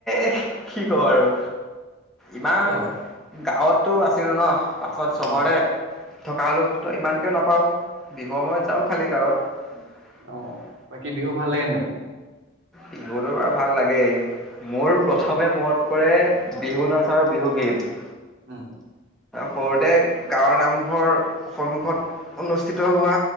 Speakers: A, in the centre; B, on the right (about 70°).
A: এক কি ক আৰু ইমান
B: কিয়
A: গাঁৱতো আছে চুলন পাছত চহৰে
B: উম
A: থকা হ'লো তো ইমানকে নাপাওঁ বিহুৰ সময়ত যাওঁ খালী গৱত
B: অ বাকী বিহু ভাল লাগে নাই
A: বিহু দবাৰ ভাল লাগেই মোৰ প্ৰথমে মত পৰে বিহু নাচ আৰু বিহুগীত
B: উ
A: সৰুতে গাঁৱৰ নামঘৰ সন্মুখত অনুষ্ঠিত হোৱা